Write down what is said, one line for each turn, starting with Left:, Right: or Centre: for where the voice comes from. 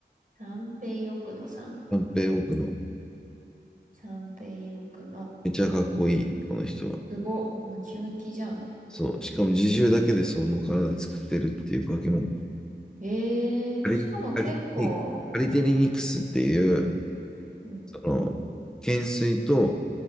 Right: 三平奥野さん。
Centre: 三平奥野。
Right: 三平奥野。
Centre: めっちゃかっこいい、この人は。
Right: すごっ、ムキムキじゃん。
Centre: そう。しかも自重だけでその体作ってるっていう化け物。
Right: ええー、
Centre: カリ、
Right: しかも結構、
Centre: カリ、カリテリニクスっていう、
Right: うん、
Centre: その、懸垂と